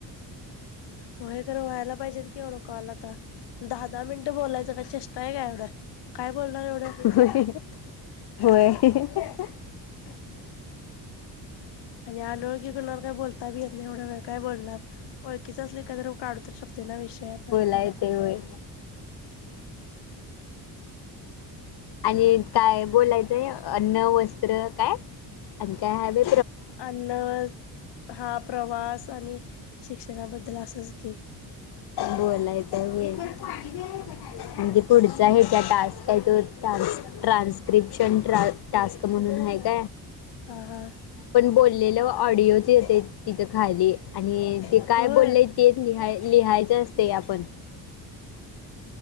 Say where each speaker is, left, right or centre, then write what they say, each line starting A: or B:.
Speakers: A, on the left; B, on the left.
A: हो हे खं व्हायला पाहिजेत कवढ कॉला दहा दहा मिनिटं बोलायच काय चेष्टा आहे का एवढ काय बोलणार एवढं
B: होय होय
A: आणि आरोग्य बणार काय बोलता भी येत नाही एवढा वेळ काय बोलणार ओखीच असली काही तर काढूच शकते ना विषय आपण
B: य ते होय आणि काय बोलायचंय अन्न वस्त्र काय आणि काय ह ब
A: अन्न हा प्रवास आणि शिक्षणाबद्दल असंच घी
B: बोलायचा वेल म्हणजे पुढचा हेच्या डानस् का आहे तो डानस ट्रांस्क्रिप्शन ट्रा टस्क म्हणून हग
A: ह हा
B: बोललेलं ऑडिओच येते तिथं खाली आणि ते काय
A: होय
B: बोललं तेच लिहाय लिहायचं असते आपण